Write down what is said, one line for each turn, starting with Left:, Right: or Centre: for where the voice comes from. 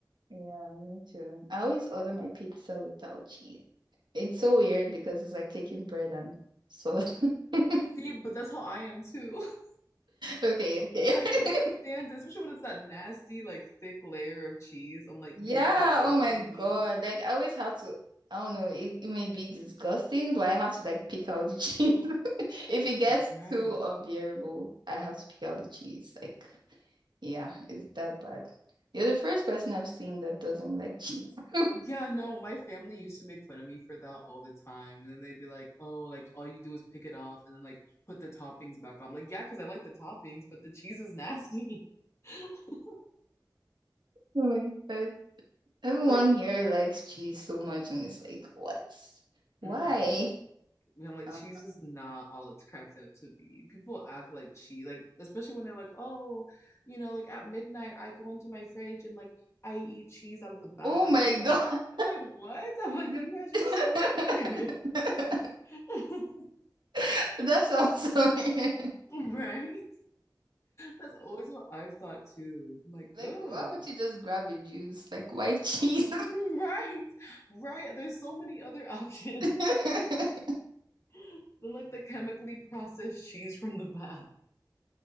Right: Yeah, me too. I always order my pizza without cheese. It's so weird because it's like taking bread and sauce. <laughs>
Left: see but that's how I am too <laughs>
Right: Okay, okay.
Left: I can't
Right: <laughs>
Left: stand this, especially when it's that nasty, like thick layer of cheese. I'm like,
Right: Yeah,
Left: get away
Right: oh my
Left: from
Right: God.
Left: me.
Right: Like I always have to, I don't know, it, it may be disgusting, but I have to like pick out the cheese. <laughs> If it gets
Left: Right.
Right: too unbearable, I have to pick out the cheese. Like, yeah, is it that bad? You're the first person I've seen that doesn't like cheese. <laughs>
Left: Yeah, no, my family used to make fun of me for that all the time. And then they'd be like, oh, like all you do is pick it off and then like put the toppings back on. I'm like, yeah, because I like the toppings, but the cheese is nasty. <laughs>
Right: Oh my God. Everyone
Left: Like,
Right: here likes cheese so much, and it's like, what? Why?
Left: mm-mm. And I'm like,
Right: Um,
Left: cheese is not all it's cracked up to be. People act like cheese, like especially when they're like, oh, you know, like at midnight I go into my fridge and like I eat cheese out of the bag.
Right: oh my
Left: I'm
Right: God.
Left: like, I'm like, what? I'm like,
Right: <laughs>
Left: you guys
Right: The-
Left: are so weird. <laughs>
Right: <laughs> That sounds so weird.
Left: Right? That's always what I've thought too. I'm like,
Right: Like,
Left: ugh.
Right: why would you
Left: <laughs>
Right: just grab a juice? Like white cheese?
Left: Right. Right. There's so many other options
Right: <laughs>
Left: <laughs> than like the chemically processed cheese from the bag.